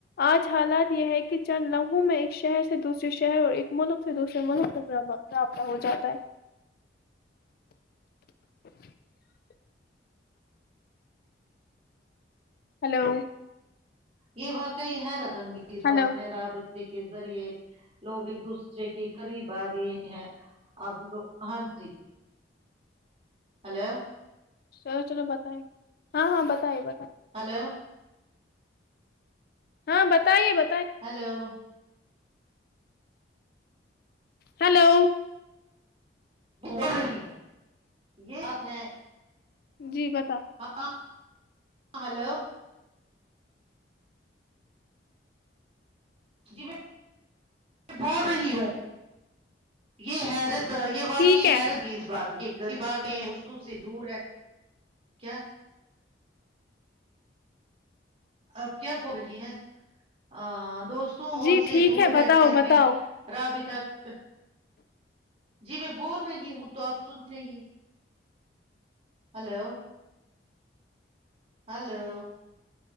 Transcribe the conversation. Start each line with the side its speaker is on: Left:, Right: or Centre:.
Left: آج حالات یہ ہے کہ چند لمہوں میں ایک شہر سے دوسرے شہر اور ایک ملک سے دوسرے ملک تک رابطہ ہو جاتا <unintelligible> ہلو
Right: یہ واقعی ہے رت انگیز
Left: ہلو
Right: بات ہے راب کے ذریعے لوگ ایک دوسرے کے قریب آ گئے ہیں ابو ہاں جی ہلو
Left: چلو چلو بتائیں ہاں ہاں بتائے ب
Right: ہیلو
Left: ہاں بتائیے ب
Right: ہلو
Left: ہلو
Right: ول رہی ہوں یہ بات ہے
Left: جی بتا
Right: ہاں ہلو جی میں بول رہی ہوں یہ حیرت تو یہ واقع
Left: ٹھیک ہے
Right: حیرتگ اس بات قریب آ گئے ہیں اس سے دور ہے کیا آپ کیا بول رہی ہیں آ دوستوں
Left: جی
Right: سے
Left: ٹھیک
Right: دور
Left: ہے بتاؤ
Right: رہ کر
Left: بتاؤ
Right: بھی راب تک ک جی میں بول رہی ہوں تو آپ سنتے ہی ہلو ہلو